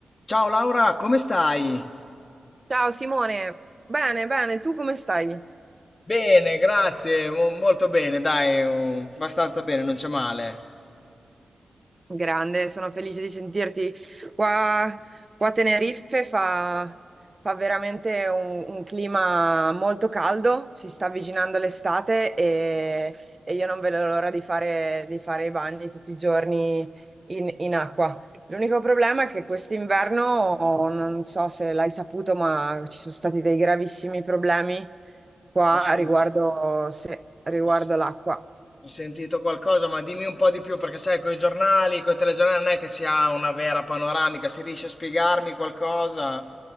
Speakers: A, on the left; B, on the right.
A: Ciao Laura, come stai?
B: Ciao Simone, bene, bene, tu come stai?
A: Bene, grazie, mo- molto bene, dai, um, abbastanza bene, non c'è male.
B: Grande, sono felice di sentirti. Qua, qua a Tenerife fa, fa veramente un, un clima molto caldo, si sta avvicinando l'estate e, e io non vedo l'ora di fare, di fare i bagni tutti i giorni in, in acqua. L'unico problema è che quest'inverno, non so se l'hai saputo, ma ci sono stati dei gravissimi problemi qua
A: Ho sentito,
B: riguardo, se- riguardo
A: ho se-
B: l'acqua.
A: ho sentito qualcosa, ma dimmi un po' di più, perché sai, con i giornali, con i telegiornali non è che si ha una vera panoramica, se riesci a spiegarmi qualcosa,